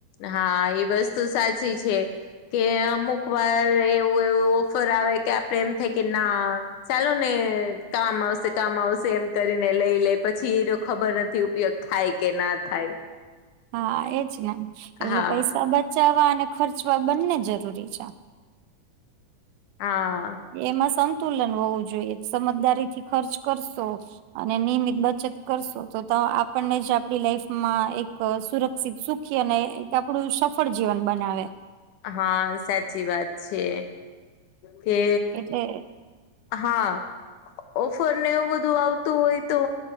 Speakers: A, on the left; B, on the right.
A: હા એ વસ્તુ સાચી છે. કે અમુક વાર એવું એવું ઓફર આવે કે આપડે એમ થાય કે ના ચાલો ને કામ આવશે કામ આવશે એમ કરીને લઈ લે પછી એ તો ખબર નથી ઉપયોગ થાય કે ના થાય
B: હા એજ ને એટલે
A: હા
B: પૈસા બચાવવા અને ખર્ચવા બંને જરૂરી છે.
A: હા.
B: એમાં સંતુલન હોવું જોઈએ સમજદારી થી ખર્ચ કરશો. નિયમિત બચત કરશો તો આપણને જ આપણી લાઈફમાં એક સુર સુખી અને એક આપડું સફળ જીવન બનાવે
A: હા સાચી વાત છે કે
B: એટલે
A: હા ઓફર ને એવું બધું આવતું હોય તો